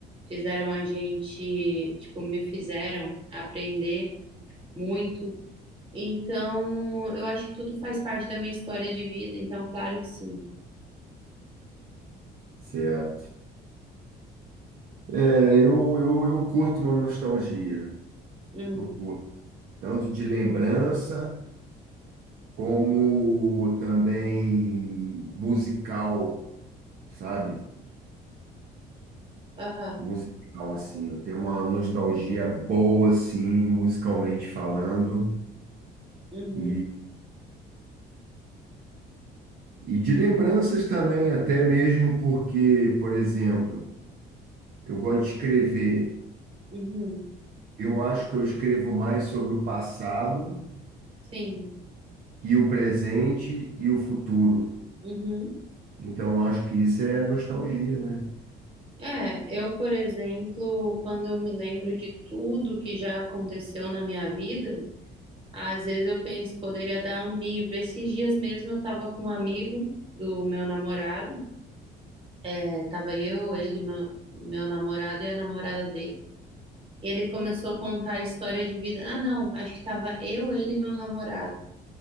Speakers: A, on the right; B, on the right.
A: fizeram a gente, tipo, me fizeram aprender muito. Então, eu acho que tudo faz parte da minha história de vida, então, claro que sim.
B: Certo. É, eu, eu, eu curto uma nostalgia.
A: Hum,
B: Eu curto. Tanto de lembrança. como também musical, sabe?
A: aham,
B: Musical, assim. Eu tenho uma nostalgia boa, assim, musicalmente falando,
A: uhum,
B: e, e, e de lembranças também, até mesmo porque, por exemplo, eu gosto de escrever.
A: uhum,
B: Eu acho que eu escrevo mais sobre o passado
A: sim,
B: e o presente e o futuro.
A: uhum.
B: Então, eu acho que isso é nostalgia, né?
A: É, eu, por exemplo, quando eu me lembro de tudo que já aconteceu na minha vida, às vezes eu penso, poderia dar um livro. Esses dias mesmo eu tava com um amigo do meu namorado, é, tava eu, ele, meu, meu namorado e a namorada dele. E ele começou a contar a história de vida. Ah, não, acho que tava eu, ele e meu namorado.